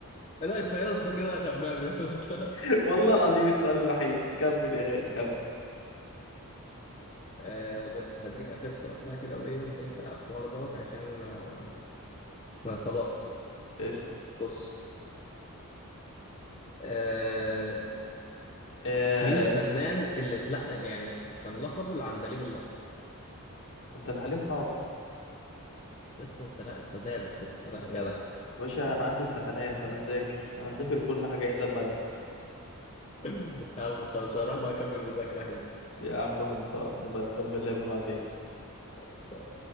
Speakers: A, on the left; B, on the left.
A: لا انت يا اسطى كده خمام يا اسطى
B: <laughs> والله العظيم السؤال الوحيد كمل يا غالي كمل
A: آه بص هديك اخر سؤال بقى كده وايه ونقفل على الحوار دوت عشان انا ما خلاص
B: قشطه
A: بص آه
B: آه...
A: مين الفنان اللي اتلقى يعني كان لقبه العندليب الاحمر
B: عبد الحليم حافظ
A: يا اسطى انت لا انت دارس يا اسطى لا جدع
B: يا باشا انا عندي امتحانات انا مذاكر انا مذاكر كل حاجه الا الماده
A: <laughs> يا عم خلاص هروح بقى اكمل مذاكرة يا حبيبي
B: يا عم خلصان نبقى نكمل لعبه
A: يلا،
B: بعدين
A: خلاص